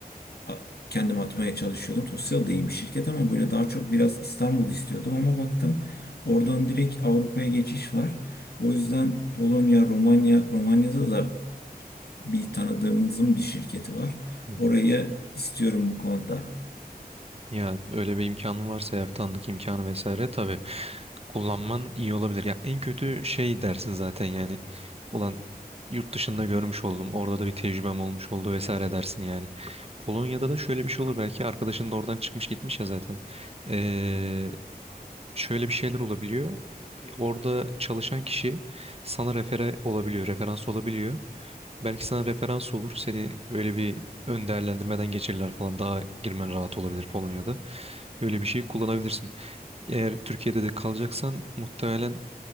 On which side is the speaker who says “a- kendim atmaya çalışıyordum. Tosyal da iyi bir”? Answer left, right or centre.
Left